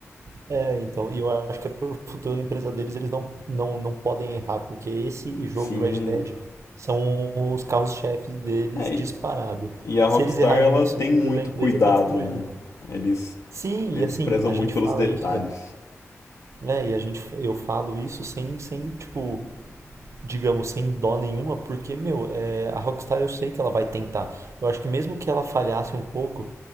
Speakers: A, on the right (about 65°); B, on the left (about 85°).
A: É, então, e eu acho que é pro futuro da empresa deles, eles não, não, não podem errar, porque esse jogo
B: Sim.
A: e Red Dead são os carros-chefes deles
B: É,
A: disparado.
B: E a
A: Se
B: Rockstar,
A: eles errarem
B: ela
A: nisso,
B: tem
A: o futuro
B: muito
A: da empresa
B: cuidado,
A: está destruído.
B: né? Eles,
A: Sim,
B: eles
A: e assim,
B: prezam
A: a
B: muito
A: gente
B: pelos
A: fala
B: detalhes.
A: isso, né, e a gente, eu falo isso sem, sem, tipo, digamos, sem dó nenhuma, porque, meu, é, a Rockstar eu sei que ela vai tentar. Eu acho que mesmo que ela falhasse um pouco,